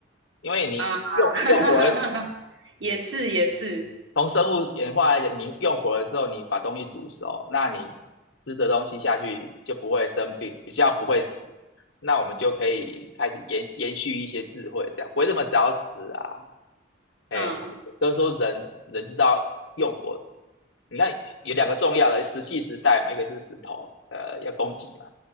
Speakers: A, on the left; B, on the right.
A: 因为你用用火
B: 啊，<laughs> 也是也是，
A: 从生物演化来讲，你用火了之后，你把东西煮熟，那你吃的东西下去就不会生病，比较不会死。那我们就可以开始延延续一些智慧，这样不会这么早死啊。哎，
B: 嗯，
A: 都是说人人知道用火，你看有两个重要的石器时代嘛，一个是石头，呃，要供给嘛，